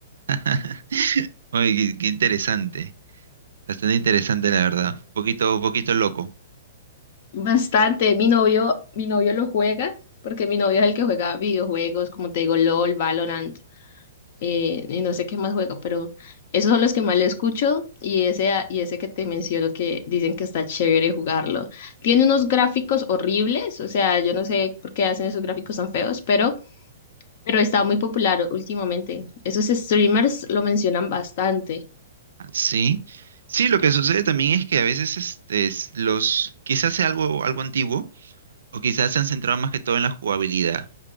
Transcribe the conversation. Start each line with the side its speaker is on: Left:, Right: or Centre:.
Right: <laughs> Oye, qué, qué interesante. Bastante interesante, la verdad. Un poquito, un poquito loco.
Left: Bastante. Mi novio, mi novio lo juega porque mi novio es el que juega videojuegos, como te digo, LOL, Valorant. eh, y no sé qué más juego, pero esos son los que más le escucho y ese, a- y ese que te menciono que dicen que está chévere jugarlo. Tiene unos gráficos horribles, o sea, yo no sé por qué hacen esos gráficos tan feos, pero, pero está muy popular últimamente. Esos streamers lo mencionan bastante.
Right: Ah, Sí. Sí, lo que sucede también es que a veces este, es- los, quizás sea algo, algo antiguo, o quizás se han centrado más que todo en la jugabilidad,